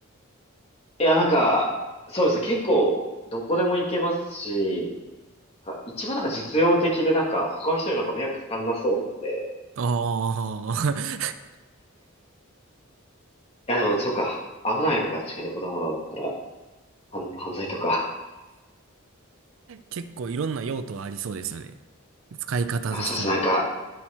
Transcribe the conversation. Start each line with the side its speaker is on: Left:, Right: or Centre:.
Left: いや、なんか、そうですね。結構、どこでも行けますし、なんか一番なんか実用的で、なんか、他の人になんか迷惑かかんなそうなんで。
Right: ああ、
Left: いや、でも、
Right: <laughs>
Left: そうか、は危ないのか、確かにどこでもドアだったら、犯、犯罪とか。
Right: 結構いろんな用途はありそうですよね。使い方としては。
Left: あ、そうですね。なんか、